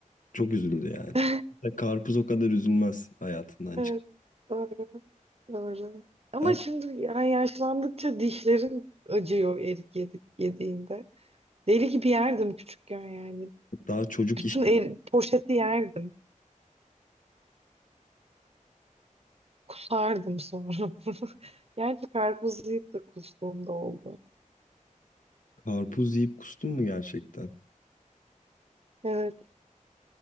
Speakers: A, on the left; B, on the right.
A: Çok üzüldü yani.
B: <laughs>
A: Ya Karpuz o kadar üzülmez hayatından
B: Evet.
A: çık.
B: Doğru. Doğru. Ama
A: Ama
B: şimdi yani yaşlandıkça dişlerim acıyor erik yedik yediğinde. Deli gibi yerdim küçükken yani.
A: Daha çocuk
B: Bütün
A: işi.
B: el, poşeti yerdim. Kusardım sonra. <laughs> Gerçi karpuz yiyip de kustuğum da oldu.
A: Karpuz yiyip kustun mu gerçekten?
B: Evet,